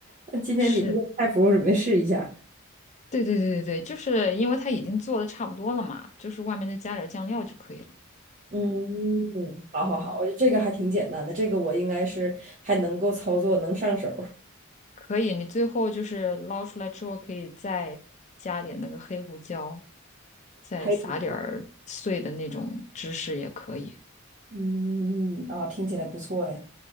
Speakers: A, on the right; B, on the left.
A: 那今天你这个菜谱，
B: 是。
A: 我准备试一下。
B: 对对对对对，就是因为它已经做的差不多了嘛，就是外面再加点儿酱料就可以了。
A: 嗯，好好好，
B: 嗯，
A: 我觉得这个还挺简单的，这个我应该是还能够操作，能上手。
B: 可以，你最后就是捞出来之后，可以再加点那个黑胡椒，再撒点儿碎的那种芝士也可以。
A: 还有嗯，啊，听起来不错哎。